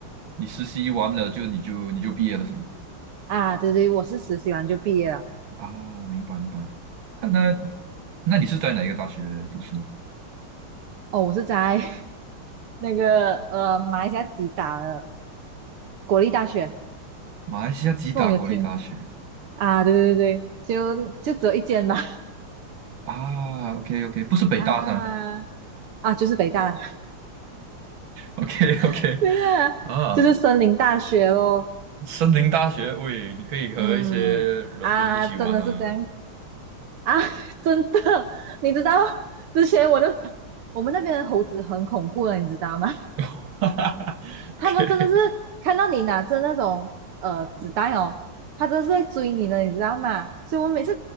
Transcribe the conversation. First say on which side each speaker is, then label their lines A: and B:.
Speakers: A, on the right; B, on the right.
A: 你实习完了就你就你就毕业了是吗？
B: 啊，对对，我是实习完就毕业了，
A: 啊，明白明白。啊那那你是在哪一个大学读书？
B: 哦，我是在 <laughs> 那个呃马来西亚吉打的国立大学，
A: 马来西亚吉打国立大学
B: 那我有听啊，对对对对，就就只有一间吧，
A: 啊，OK OK，
B: <laughs>
A: 不是北大是吗
B: 啊啊，就是北大。
A: ？OK OK，
B: <laughs> 对呀、
A: 啊，OK，OK <laughs> <laughs> 啊
B: 就是森林大学咯。
A: 森林大学，喂，你可以和一些人员一起玩啊。
B: 嗯啊，真的是这样啊，<laughs> 真的，你知道之前我的我们那边的猴子很恐怖的，你知道吗？
A: <laughs> 哈哈哈，OK，
B: 他们真的是看到你拿着那种呃纸袋哦，他真的是在追你的，你知道吗？所以我每次